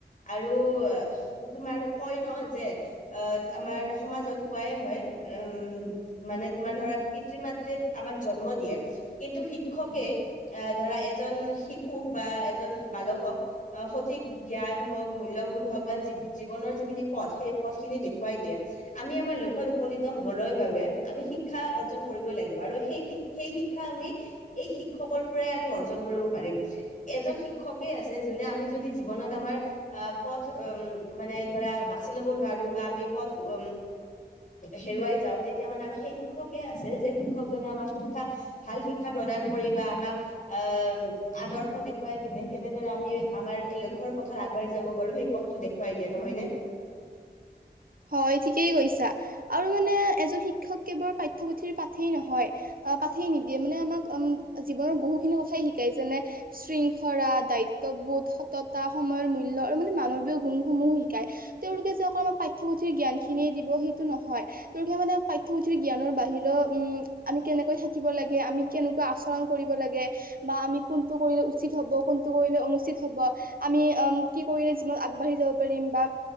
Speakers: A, on the left; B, on the right.
A: আৰু, তোমাৰ কয় ন' যে আমাৰ সমাজত কোৱাই হয়, উম, মানে তোমাৰ ধৰা পিতৃ-মাতৃয়ে আমাক জন্ম দিয়ে, কিন্তু শিক্ষকে, আহ ধৰা এজন শিশুক বা এজন বালকক আহ সঠিক জ্ঞান হওঁক, মূল্যবোধ হওক, বা জী জীৱনৰ যিখিনি পথ সেই পথ খিন যদি দেখুৱাই দিয়ে, আমি আমাৰ লক্ষ্যত উপনীত হ'বলৈ বাবে আমি শিক্ষা অৰ্জন কৰিবই লাগিব, আৰু সেই শি সেই শিক্ষা আমি, এই শিক্ষকৰ পৰাই আমি অৰ্জন কৰিব পাৰিম, এজন শিক্ষকে <unintelligible> আছে যোনে আমি যদি জীৱনত আমাৰ, আহ পথ উম, মানে ধৰা বাচি ল'ব নোৱাৰো বা আমি পথ উম, হেৰুৱাই যাওঁ, তেতিয়া মানে আমাৰ সেই শিক্ষকে আছে, যে শিক্ষক য'ত আমাক শিক্ষা ভাল শিক্ষা প্ৰদান কৰি বা আমাক আহ, আদৰ্শ দেখুৱাই পিনে কেনেদৰে আমি আমাৰ লক্ষ্যৰ পথত আগবাঢ়ি যাব পাৰো সেই পথটো দেখওুৱাই দিয়া, নহয়নে? <inaudible>
B: হয় ঠিকেই কৈছা, আৰু মানে এজন শিক্ষক কেৱল পাঠ্যপুথিৰ পাঠেই নহয় পা পাঠেই নিদিয়ে, মানে আমাক উম, জীৱনত বহুখিনি কথাই শিকায় যেনে, শৃংখৰা দায়িত্ব বোধ, সততা, সময়ৰ মূল্য আৰু মানে মানৱীয় গুণসমূহো শিকায়, তেওঁলোকে যে আমাক পাঠ্যপুথিৰ জ্ঞান খিনিয়ে দিব সেইটো নহয়, তেওঁলোকে মানে পঠ্যপুথিৰ জ্ঞান বাহিৰও, উম, আমি কেনেকৈ থাকিব লাগে, আমি কেনেকোৱা আচৰণ কৰিব লাগে, বা আমি কোনটো কৰিলে উচিত হ'ব, কোন কোনটো কৰিলে অনুষ্ঠিত হ'ব, আমি আম কি কৰিলে জীৱনত আগবাঢ়ি যাব পাৰিম, বা